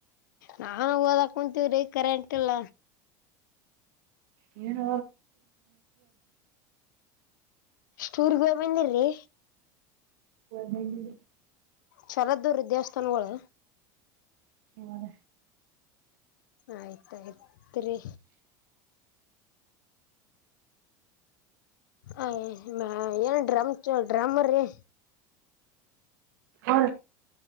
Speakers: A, on the left; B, on the right.
A: ನಾನು ಓದಕ ಕುಂತೀವ್ರಿ ಕರೆಂಟ್ ಇಲ್ಲ
B: ಇವನ
A: ಟೂರ್ ಹೋಗಿ ಬಂದಿರಿ
B: ನ್ನ
A: ಚಲದ್ದವರ ದೇವಸ್ಥಾನಗಳು
B: ಹದ
A: ಆಯ್ತಾಯ್ತರೀ ಅ ಏನು ಡ್ರಮ್ ಡ್ರಮ ರೀ
B: ಹ